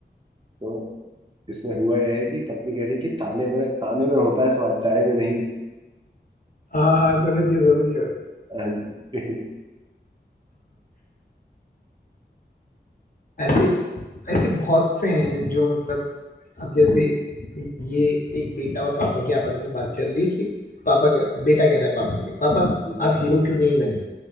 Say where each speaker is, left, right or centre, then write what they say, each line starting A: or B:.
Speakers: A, on the right (about 30°); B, on the left (about 50°).
A: तो इसमें हुआ यह है कि पत्नी कह रही कि ताने में ताने में होता है स्वाद चाय में नहीं
B: हाँ हाँ, समझ गया समझ गया
A: अह,
B: ऐसे ऐसे बहुत से हैं जो मतलब अब जैसे
A: हम्म,
B: ये एक बेटा और पापा की आपस में बात चल रही है कि पापा कह- बेटा कह रहा है पापा से पापा
A: हम्म,
B: आप हीरो क्यों नहीं बने